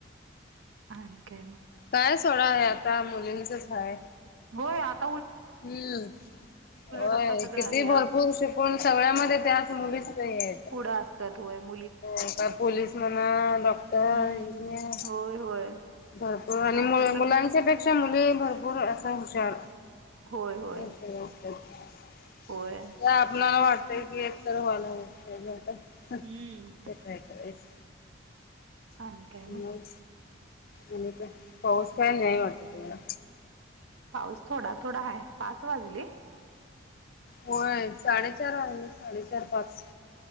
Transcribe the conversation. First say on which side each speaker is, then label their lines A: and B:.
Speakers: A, on the right; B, on the left.
A: आणि काय मग
B: काय सोडा आहे आता मुलींचच हाय.
A: होय आत
B: हम्म होय
A: आता सगळ्या
B: किती
A: या
B: भरपूर शिकून सगळ्यामध्ये त्याच मुली लई त्या
A: पुढं असत्यात व्हय म
B: अ काय पोलीस मना डॉक्टर
A: हम्म
B: इंजिनियर.
A: होय होय.
B: भरपूर आणि
A: आता
B: मु
A: सग
B: मुलांच्या पेक्षा मुली भरपूर अस हुशार.
A: होय होय
B: न <unintelligible>
A: होय.
B: त आपणाला वाटतय की एकत व्हायला हव
A: हम्म
B: <unintelligible> ते काययच.
A: आणि काय
B: मग आणि काय पाऊस काय नाही वाटत तुम्हाला.
A: पाऊस थोडा थोडा हाय पाच वाजले.
B: होय साडेचार वाजले साडेचार पाच.